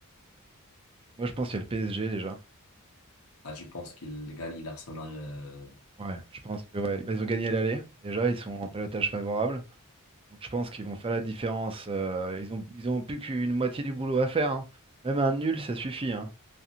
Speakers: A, on the right; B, on the left.
A: Moi, je pense qu'il y a le PSG déjà.
B: Ah, tu penses qu'il gagne l'Arsenal
A: Ouais, je pense que ouais, bah, ils ont gagné à l'aller. Déjà, ils sont en pelotage favorable. Donc, je pense qu'ils vont faire la différence. euh, ils ont, ils ont plus qu'une moitié du boulot à faire. hein. Même un nul, ça suffit. hein.